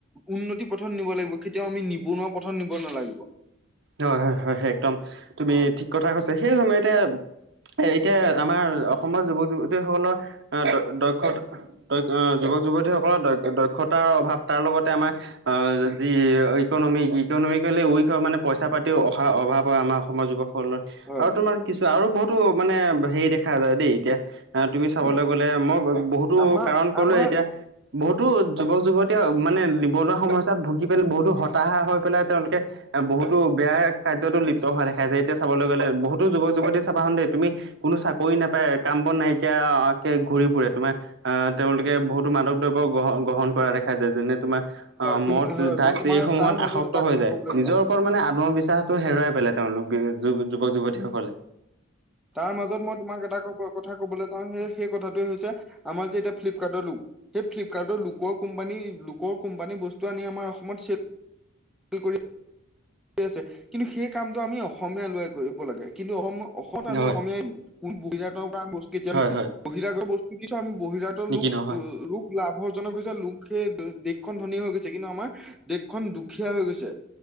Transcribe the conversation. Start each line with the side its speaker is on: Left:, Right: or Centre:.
Centre: উন্নতি পথত নিব লাগিব, কেতিয়াও আমি নিবনুৱা পথত নিব নালাগিব।
Right: হয় হয় হয় হয়, একদম তুমি
Centre: হয়
Right: ঠিক কথা কৈছা সেই সময়তে এতিয়া আমাৰ অসমৰ যুৱক যুৱতীসকলৰ আ, দ-দক্ষত দক্ষ যুৱক যুৱতীসকলৰ দক্ষ-দক্ষতাৰ অভাৱ তাৰ লগতে আমাৰ অ', যি ইকনমি ইকনমিকেলি উইক হয় মানে পইচা পাতিও অহাৰ অভাৱ হয় আমাৰ অসমৰ যুৱকৰলৈ,
Centre: হয়
Right: আৰু তোমাৰ কিছু আৰু বহুতো মানে হেৰি দেখা যায় দেই এতিয়া এ তুমি চাবলৈ
Centre: হয়
Right: গ'লে মই ব-বহুতো
Centre: আমাৰ
Right: কাৰণ কলোয়ে
Centre: আমাৰ
Right: এতিয়া, বহুতো যুৱক যুৱত তেওঁ মানে নিবনুৱা সমস্যাত ভুগি পেলাই বহুতো হতাশা হৈ পেলাই তেওঁলোকে এ বহুত, বেয়া কাৰ্যত লিপ্ত হোৱা দেখা যায় এতিয়া চাবলৈ গ'লে বহুতো যুৱক যুৱতী চাবা হল দেই তুমি, কোনো চাকৰি নাপায় আৰু কাম বন নাইকিয়া কে ঘূৰি ফুৰে তোমাৰ। আহ তেওঁলোকে বহুত মাদক দ্ৰব্য গ্ৰহ গ্ৰহণ কৰা দেখাই যায় যেনে তোমাৰ। অ
Centre: তুম
Right: মদ
Centre: হয়
Right: ড্ৰাগছ
Centre: মই তোমাৰ
Right: এইসমূহত
Centre: তাৰ মাজত
Right: আসক্ত
Centre: এটা
Right: হৈ
Centre: কথা
Right: যায়
Centre: কবলৈ
Right: নিজৰ।
Centre: যাওঁ
Right: লোকৰ মানে আত্মবিশ্বাসটো হেৰুৱাই পেলাই তেওঁলোক য যুৱক যুৱতীসকলে।
Centre: তাৰ মাজত মই তোমাক এটা কথা কবলৈ যাওঁ সেই কথাটোৱে হৈছে আমাৰ যে এতিয়া ফ্লিপকাৰ্টৰ লোক সেই ফ্লিপকাৰ্ডৰ লোকৰ কোম্পানী লোকৰ কোম্পানী বস্তু আনি আমাৰ অসমত <unintelligible> কিন্তু সেই কামটো আমি অসমীয়া ল'ৰাই কৰিব লাগে কিন্তু অসম, অসমত আমি
Right: হয়
Centre: অসমীয়াই কোন বহিৰাগতৰ পৰা আম বস্তু কেতিয়াও
Right: হয়
Centre: নিকিনিম
Right: হয়
Centre: বহিৰাগতৰ বস্তু কিছ আমি বহিৰাগ, ত
Right: নেকি
Centre: লুক
Right: নহয়
Centre: লুক, লাভৰজনক পিছত লোকে দেশখন ধনী হৈ গৈছে কিন্তু আমাৰ দেশখন দুখ দুখীয়া হৈ গৈছে